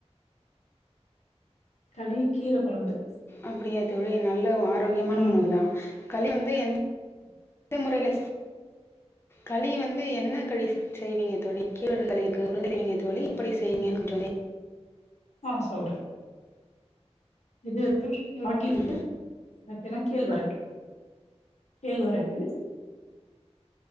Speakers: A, on the left; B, on the left.
A: களி கீர கொழம்பு
B: அப்டியா தோழி எ ந ல்ல ஆரோக்கியமான
A: ம்
B: உணவு தா களி ம் எந்த முறைல களி வந்து என்ன களி செய்வீங்க தோழி கேவரு களி இருக்கு <unintelligible> செய்வீங்க தோழி எப்படி செய்வீங்கன் <unintelligible>
A: ஆ சொல்றெ இது <unintelligible>
B: ம்
A: அது பேர்ன கேழ்வரகு கேழ்வரகு